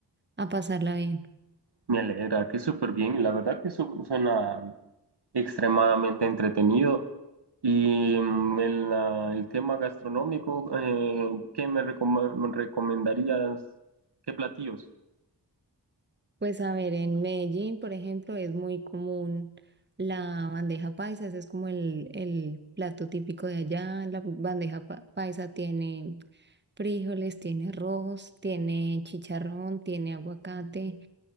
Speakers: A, on the right; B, on the right.
A: a pasarla bien.
B: Me alegra, que súper bien. y La verdad que su- suena extremadamente entretenido. Y mm, el, ah, el tema gastronómico, eh, ¿qué me, recoma- me recomendarías? ¿Qué platillos?
A: Pues a ver, en Medellín, por ejemplo, es muy común la bandeja paisa, ese es como el, el plato típico de allá. La bandeja pa- paisa tiene frijoles, tiene arroz, tiene chicharrón, tiene aguacate,